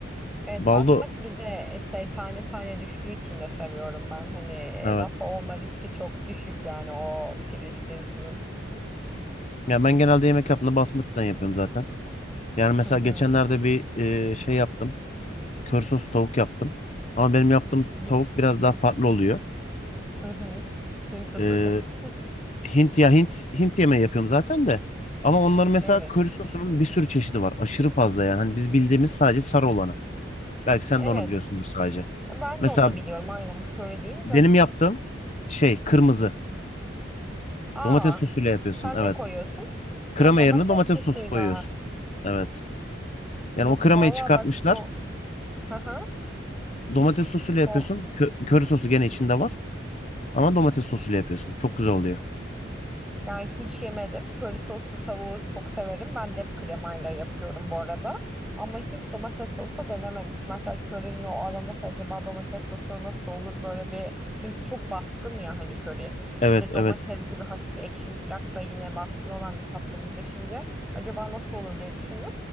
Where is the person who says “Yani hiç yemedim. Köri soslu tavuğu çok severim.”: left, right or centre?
Centre